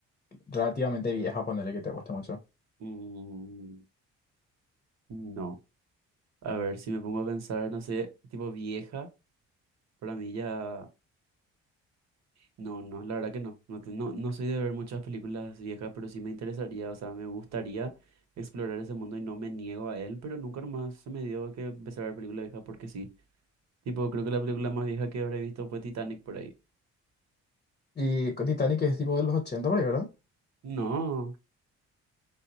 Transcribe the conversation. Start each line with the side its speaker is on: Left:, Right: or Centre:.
Left: relativamente vieja, ponerle que te guste mucho?
Right: Mm, no. A ver, si me pongo a pensar, no sé, tipo vieja, para mí ya. No, no, la verdad que no. No, te- no, no soy de ver muchas películas viejas, pero sí me interesaría, o sea, me gustaría explorar ese mundo y no me niego a él, pero nunca más se me dio que empezar a ver películas viejas porque sí. Tipo, creo que la película más vieja que habré visto fue Titanic por ahí.
Left: Y con Titanic es tipo de los 80 por ahí, ¿verdad?
Right: No,